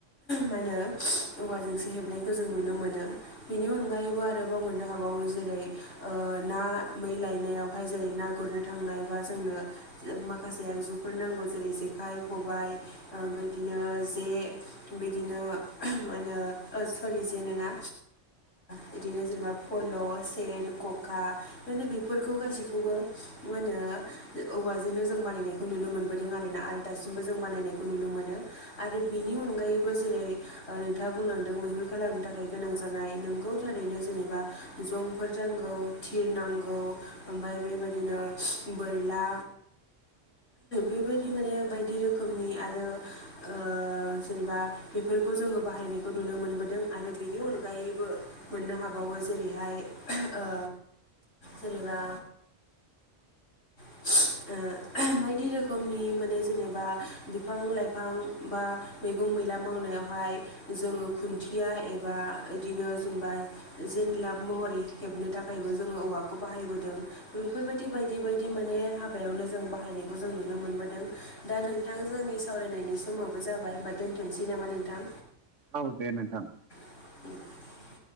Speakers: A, on the left; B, on the right.
A: मा होनो औवाजोंसो हेबनायखौ जों नुनो मोनो। बेनि अनगायैबो आरोबाव मोननो हाबावो जेरै ओ ना मै लायनायावहाय जेरै ना गुरनो थांनाय बा जोंनो माखासे आगजुफोर नांगौ जेरै जेखाइ खबाय ओ बादिनो जे बिदिनो मा होनो ओ सरि जे नङा बिदिनो जेनेबा पल' सेन खखा ओंखायनो बेफोरखौ गासैखौबो मा होनो औवाजोंनो जों बानायनाय खौ नुनो मोनबोदों आरो ना आरो दासिमबो जों बानायनायखौ नुनो मोनो आरो बेनि अनगायैबो जेरै ओ नोंथाङा बुंलांदों मैहुर खालामनो थाखाय गोनां जानाय। नंगौ थारैनो जेनेबा जंफोर नांगौ थिर नांगौ ओमफ्राय बेबायदिनो बोरला बेबायदि माने बायदि रोखोमनि आरो ओ जेनेबा बेफोरखौ जोङो बाहायनायखौ नुनो मोनबोदों आरो बेनि अनगायैबो मोननो हाबावो जेरैहाय ओ जेनेबा <unintelligible> ओ बायदि रोखोमनि माने जेनेबा बिफां लाइफां बा मैगं मैला मावनायावहाय जोङो खुन्थिया एबा बिदिनो जेनबा जेन लाब महरै हेबनो थाखायबो जोङो औवाखौ बाहायबोदों बेफोरबायदि बायदि बायदि बिदि माने हाबायावनो जों बाहायनायखौ जों नुनो मोनबोदों। दा नोंथां जोंनि सावरायनायनि समाबो जाबाय होमबा दोनथ'नोसै नामा नोंथां?
B: औ दे नोंथां।
A: उ